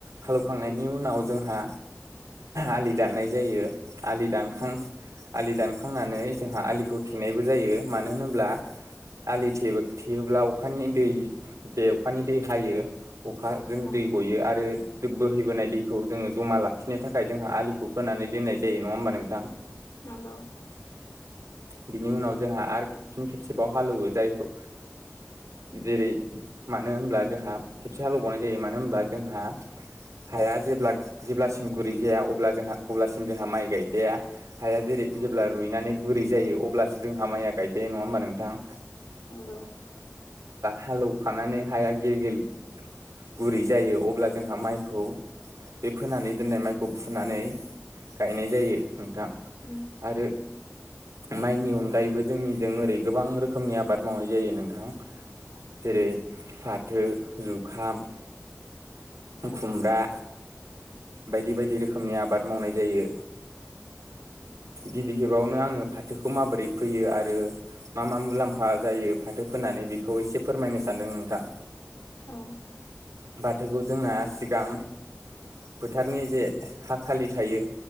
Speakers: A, on the right; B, on the left.
A: हालौवखांनायनि उनाव जोंहा आलि दाननाय जायो आलि दानखां
B: उम
A: आलि दान खांनानै जोंहा आलिखौ थेनायबो जायो मानो होनोब्ला आलि थे थेयोब्ला अखानि दै बे अखानि दै हायो अखाजों
B: औ
A: दै गयो आरो बोहैबोनाय दैखौ जोङो जमा लाखिनो थाखाय थाखाय जोंहा आलिखौ खोनानै दोननाय जायो नङा ओमबा नोंथां
B: नंगौ
A: बिनि उनाव जोंहा आरो फिन खेबसेबाव हालेवो जायखौ जेरै मानो होनब्ला जोंहा खेबसे हालेबावनाय जायो मानो होनब्ला जोंहा हाया जेब्ला जेब्लासिम गुरै जाया अब्ला जोंहा अब्लासिम जोंहा माइ गायजाया हाया जेरै
B: उम
A: जेब्ला रुइनानै गुरै जायो अब्लासो जोंहा माइ गायजायो नङा होमबा नोंथां
B: नंगौ
A: हालौवखानानै हाया गेल- गेल गुरै जायो अब्ला जोंहा माइखौ बे फोनानै दोननाय माइखौ फुनानै गायनाय जायो नोंथां
B: उ
A: आरो माइनि अनगायैबो जोंनिजों ओरै गोबां रोखोमनि आबाद मावनाय जायो नोंथां जेरै फाथो, जुखाम,
B: औ
A: खुमब्रा बायदि बायदि रोखोमनि आबाद मावनाय जायो गिबि खेबावनो आङो फाथोखौ माबोरै फोयो आरो मा मा मुलाम्फा जायो फाथो फोननानै बेखौ एसे फोरमायनो सानदों नोंथां
B: औ
A: फोथोरखौ जोंना सिगां फोथारनि जे हा खालि थायो